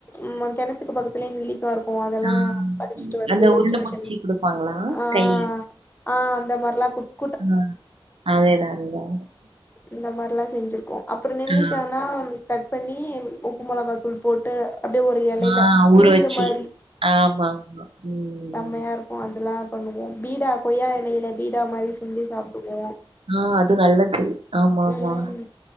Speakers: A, on the left; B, on the right.
A: ம் கெணத்துக்கு பக்கத்துலயே நெல்லிக் கா இருக்கும் அதெல்லாம்
B: ஆ
A: படிச்சுட்டு வந்து
B: அந்த உருண்ட
A: சின்ன
B: புடிச்சி
A: சின்ன
B: குடுப்பாங்களா
A: ஆ
B: கைல
A: ஆ அந்த மாரிலாம் கு
B: ஆ அதேதா அதேதா
A: இந்த மாரிலாம் செஞ்சிருக்கோம் அப்புறம் நெல்லிக்கானா
B: ஆ
A: கட் பண்ணி உப்பு மொளகா தூள் போட்டு அப்டியே ஒரு எலையில
B: ஆ ஊற
A: விருந்து
B: வச்சு
A: மாரி
B: ஆமா ஆமா உம்
A: செம்மையா இருக்கும் அதெல்லாம் பண்ணுவோம் பீடா கொய்யா இலையில பீடா மாரி செஞ்சு சாப்டுவோம்
B: ஆ அது நல்லது ஆமா ஆமா
A: ம்